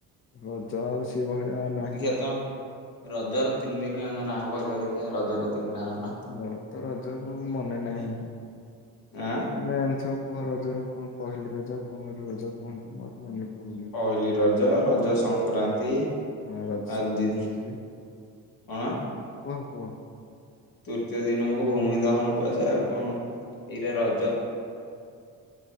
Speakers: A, on the left; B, on the left.
A: ରଜ ଆଉ ସେଇଭଳିଆ। ନାହିଁ
B: ଦେଖିଆ ତମ ରଜର ତିନି ଦିନିଆଙ୍କ ନାଁ କହିଲ ଦେଖିଆ ରଜର ତିନିଟାଙ୍କ ନାଁ?
A: ମୋରତ ରଜ କଣ ମନେନାହିଁ।
B: ଆଁ।
A: ତମେ ଯାଣିଥିବ କୁହ ରଜର କଣ ପହିଲି ରଜ କଣ ରଜ କୁହନ୍ତି ମୋର ମନେପଡୁନି?
B: ପହିଲିରଜ ରଜ ସଂକ୍ରାନ୍ତି।
A: ହଁ ରଜସଂକ୍ରାନ୍ତି
B: ଆଉ ଦି
A: ମଝିରେ କୁହ
B: କଣ
A: କୁହ କୁହ।
B: ତୃତୀୟ ଦିନକୁ ଭୂମି ଦହନ କୁହାଯାଏ ଆଉ କଣ ଏଇଟା ରଜ?